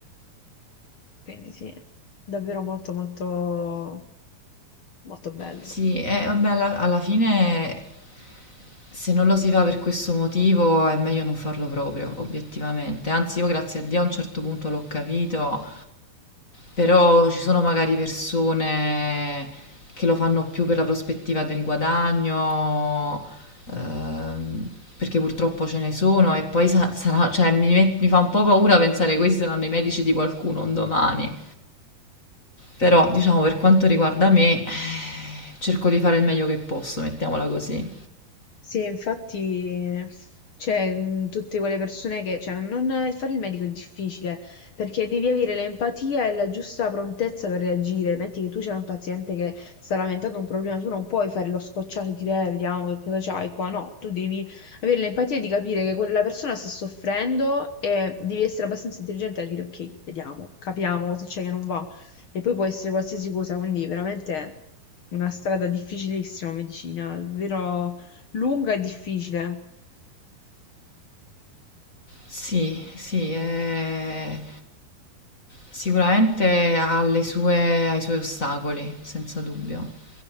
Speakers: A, on the left; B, on the left.
A: quindi sì, davvero molto molto molto bello.
B: Sì, e vabbè, alla, alla fine se non lo si fa per questo motivo è meglio non farlo proprio, obiettivamente. Anzi, io grazie a Dio a un certo punto l'ho capito, però ci sono magari persone che lo fanno più per la prospettiva del guadagno, ehm, perché purtroppo ce ne sono e poi sa- sarà, cioè, mi, met- mi fa un po' paura pensare che questi saranno i medici di qualcuno un domani. Però, diciamo, per quanto riguarda me, cerco di fare il meglio che posso, mettiamola così.
A: Sì, infatti, c'è mh, tutte quelle persone che, cioè, non, non- fare il medico è difficile perché devi avere l'empatia e la giusta prontezza per reagire. Metti che tu c'è un paziente che sta lamentando un problema, tu non puoi fare lo scocciato e dire, "Eh, vediamo che cosa c'hai qua. No, tu devi avere l'empatia di capire che quella persona sta soffrendo e devi essere abbastanza intelligente a dire, ok, vediamo, capiamo cosa c'è che non va. E poi può essere qualsiasi cosa, quindi veramente una strada difficilissima, medicina, davvero lunga e difficile
B: Sì, sì, eh, sicuramente ha le sue, ha i suoi ostacoli, senza dubbio.